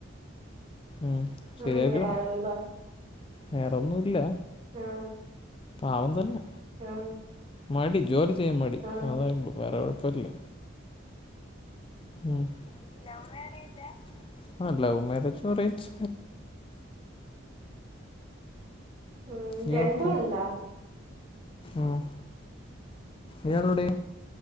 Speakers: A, on the left; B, on the right.
A: ഉം ശരിയാക്കിടണം
B: ഉം വേറെന്താ
A: വേറൊന്നുല്ല
B: ആഹ്
A: പാവം തന്നെ
B: ആഹ്
A: മടി ജോലി ചെയ്യാൻ മടി
B: ആഹ്
A: അതേ ഉള്ളൂ വേറെ കുഴപ്പമില്ല ഉം ലൗ മാരേജാ ആഹ് ലവ് മാരേജും അറേഞ്ച്
B: ഉം
A: ഇയാൾക്കോ
B: രണ്ടും ഉണ്ടോ
A: ഉം ഇയാളെവടെ